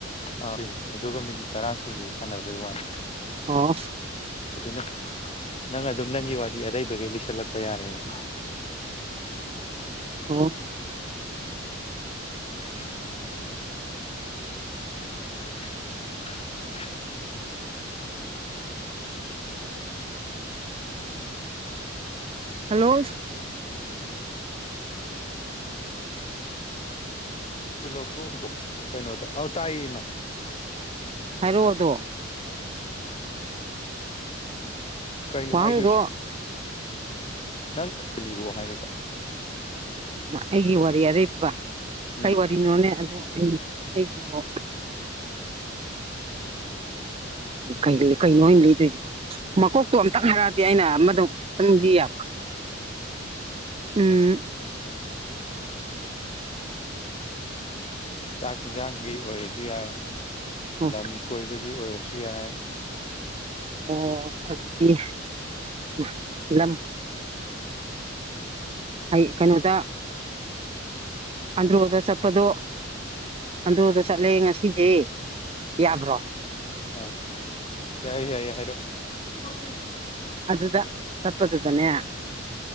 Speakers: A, on the left; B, on the right.
A: <unintelligible> ꯑꯗꯨꯒ ꯃꯤꯅꯤꯠ ꯇꯔꯥꯥꯁꯨꯕꯧ ꯁꯥꯟꯅꯕꯩ ꯋꯥꯅꯤ
B: ꯑꯣ
A: ꯑꯗꯨꯅꯦ ꯅꯪ ꯑꯗꯨꯝ ꯅꯪꯒꯤ ꯋꯥꯔꯤ ꯑꯔꯩꯕꯒꯩ ꯂꯤꯁꯜꯂꯛꯄ ꯌꯥꯔꯦ <inaudible>
B: ꯑꯣ
A: <inaudible> <inaudible>
B: ꯍꯜꯂꯣ
A: <unintelligible> ꯀꯩꯅꯣꯗ ꯑꯧ ꯇꯥꯏꯌꯦ ꯏꯃꯥ
B: ꯍꯥꯏꯔꯣꯗꯣ
A: ꯀꯩꯅꯣ
B: ꯋꯥꯍꯪꯗꯣ
A: ꯍꯥꯏꯗꯣꯏꯁꯦ ꯅꯪ <unintelligible> ꯂꯤꯔꯣ ꯍꯥꯏꯔꯒ
B: ꯑꯩꯒꯤ ꯋꯥꯔꯤ ꯑꯔꯩꯕ
A: ꯎꯝ
B: ꯀꯩ ꯋꯥꯔꯤꯅꯣꯅꯦ ꯑꯗꯣ ꯑꯩ ꯑꯩꯒꯤꯕꯣ
A: <unintelligible>
B: ꯀꯩ ꯀꯩꯅꯣ ꯑꯩ ꯂꯤꯗꯣꯏꯖꯤꯕꯣ ꯃꯀꯣꯛꯇꯣ ꯑꯝꯇꯪ ꯍꯥꯏꯔꯛꯑꯗꯤ ꯑꯩꯅ ꯑꯃꯗꯣ ꯑꯝꯇꯪ ꯂꯤꯌꯥꯕ ꯎꯝ
A: <unintelligible> ꯆꯥꯛ ꯍꯤꯟꯖꯥꯡꯒꯤ ꯑꯣꯏꯔꯁꯨ ꯌꯥꯏ
B: ꯑꯣ
A: ꯂꯝ ꯀꯣꯏꯕꯒꯤ ꯑꯣꯏꯔꯁꯨ ꯌꯥꯏ
B: ꯑꯣ ꯑꯗꯨꯗꯤ <unintelligible> ꯂꯝ ꯑꯩ ꯀꯩꯅꯣꯗ ꯑꯟꯗ꯭ꯔꯣꯗ ꯆꯠꯄꯗꯣ ꯑꯟꯗ꯭ꯔꯣꯗ ꯆꯠꯂꯦ ꯉꯁꯤꯖꯦ ꯌꯥꯕ꯭ꯔꯣ
A: ꯍꯥ ꯌꯥꯏꯌꯦ ꯌꯥꯏꯌꯦ ꯍꯥꯏꯔꯛꯑꯣ
B: ꯑꯗꯨꯗ ꯆꯠꯄ ꯗꯨꯗꯅꯦ